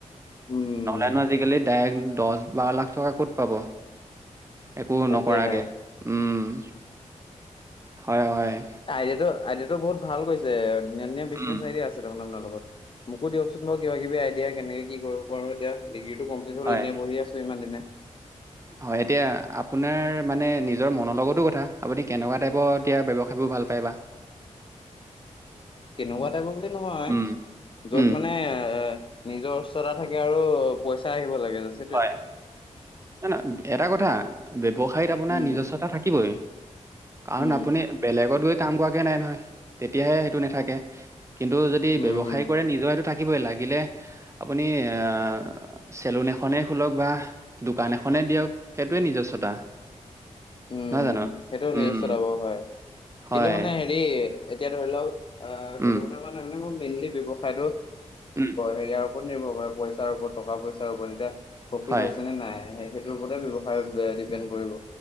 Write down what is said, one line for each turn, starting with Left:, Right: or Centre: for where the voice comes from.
Left: উম
Right: নহ'লেনো আজিকালি, ডাইৰেক্ট দহ বাৰ লাখ টকা ক'ত পাব। একো
Left: তাকেহে
Right: নকৰাকে, উম, হয়, হয়।
Left: আইডিয়াতটো-আইডিয়াতটো, বহুত ভাল কৈছে, ধুনীয়া-ধুনীয়া বিজনেছ
Right: উম,
Left: আইডিয়া আছে। দেখোন আপোনাৰ লগত মোকো, দিয়কচোন মই কিবা- কিবি আইডিয়া কেনেকে কি কৰিব পাৰো, এতিয়া। ডিগ্ৰীটো, কমপ্লিট হ'ল,
Right: হয়।
Left: এনেই বহি আছো, ইমান দিনে।
Right: হয়, এতিয়া আপোনাৰ মানে নিজৰ, মনৰ লগতো কথা আপুনি, কেনেকুৱা টাইপৰ এতিয়া ব্যয়ৱসায়বোৰ ভাল পাইবা?
Left: কেনেকুৱা টাইপৰ বুলি নহয়,
Right: উম,
Left: য'ত
Right: উম,
Left: মানে আ নিজৰ উচ্চতা থাকে আৰু, পইচা আহিব লাগে জাষ্ট।
Right: হয়, না না এটা কথা ব্যৱসায়ত আপোনাৰ
Left: উম
Right: নিজস্বতা থাকিবই। কাৰণ
Left: উম,
Right: আপুনি বেলেগত গৈ কাম কৰাকে নাই নহয়, তেতিয়াহে সেইটো নাথাকে। কিন্তু যদি
Left: উম,
Right: ব্যবসায়
Left: হুম।
Right: কৰে নিজৰ হয়টো থাকিবই, লাগিলে আপুনি আহ চেলুন এখনে খোলক বা দোকান এখনে দিয়ক, সেইটোয়েই নিজস্বতা।
Left: উম,
Right: নহয় জানো
Left: সেইটো নিজস্বতা
Right: উম
Left: বাৰু হয়,
Right: হয়
Left: কিন্তু মানে হেৰি এতিয়া ধৰি লওঁক আহ,
Right: উম
Left: সেইটো কথা কোৱা নাই, মই মেইনলি ব্যৱসায়টো
Right: উম
Left: হেৰিয়াৰ ওপৰত নিৰ্ভৰ কৰে পইচাৰ ওপৰত, টকা পইচাৰ ওপৰত তেতিয়া প্ৰফিট
Right: হয়
Left: হৈছে নে নাই। সেই সেইটোৰ ওপৰতে ব্যৱসায় ডিপেণ্ড কৰিব।